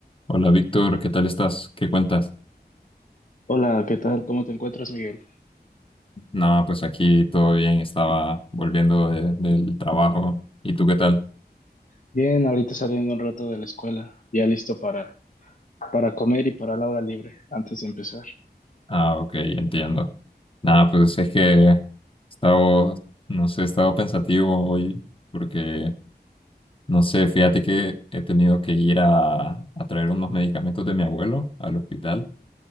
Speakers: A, on the left; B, on the left.
A: Hola Víctor, ¿qué tal estás? ¿Qué cuentas?
B: Hola, ¿qué tal? ¿Cómo te encuentras, Miguel?
A: No, pues aquí todo bien, estaba volviendo de- del trabajo. ¿Y tú qué tal?
B: Bien, ahorita saliendo un rato de la escuela, ya listo para, para comer y para la hora libre antes de empezar.
A: Ah, ok, entiendo. Nada, pues es que he estado, no sé, he estado pensativo hoy porque, no sé, fíjate que he tenido que ir a, a traer unos medicamentos de mi abuelo al hospital